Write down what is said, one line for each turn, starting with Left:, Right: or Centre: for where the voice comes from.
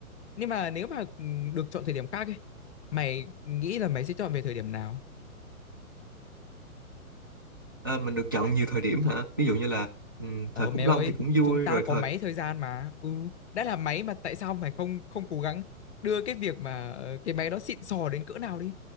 Left: Nhưng mà nếu mà ừ, được chọn thời điểm khác ấy, mày nghĩ là mày sẽ chọn về thời điểm nào?
Right: ờ, mình được chọn nhiều thời điểm hả ví dụ như là ừm,
Left: Ờ
Right: thời khủng
Left: mẹ ơi,
Right: long thì cũng vui
Left: chúng ta
Right: rồi
Left: có
Right: thời
Left: máy thời gian mà. Ừ, đã là máy mà tại sao mày không không cố gắng đưa cái việc mà ờ, cái máy đó xịn sò đến cỡ nào đi.